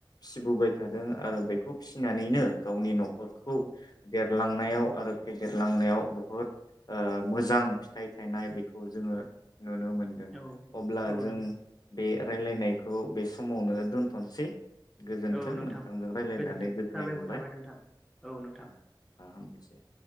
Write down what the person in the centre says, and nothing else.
औ औ
औ
औ
नोंथां
औ नोंथां
गोजोन्थों
साबायखर
थाबाय नोंथां औ नोंथां